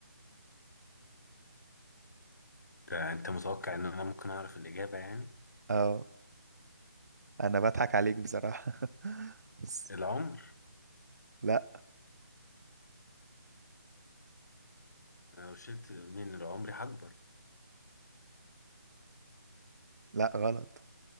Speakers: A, on the left; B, on the right.
A: ده انت متوقع ان انا ممكن اعرف الاجابة يعني
B: اه أنا بضحك عليك بصراحة <laughs> بس
A: العمر
B: لا
A: انا لو شلت من العمر هكبر
B: لا غلط